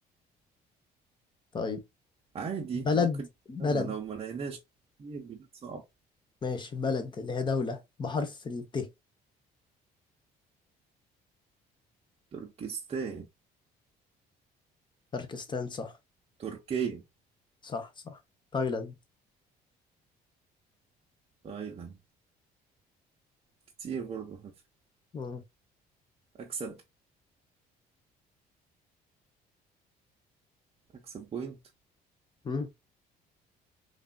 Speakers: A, on the left (about 25°); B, on the right (about 35°).
A: طيب
B: عادي
A: بلد
B: ممكن
A: بلد
B: نسألها لو ما لقيناش كتير بلاد صعبة
A: ماشي بلد اللي هي دولة بحرف الت
B: تركستان
A: تركستان صح
B: تركيا
A: صح صح تايلاند
B: تايلاند كتير برضه هف-
A: مم.
B: أكسب أكسب بوينت
A: مم.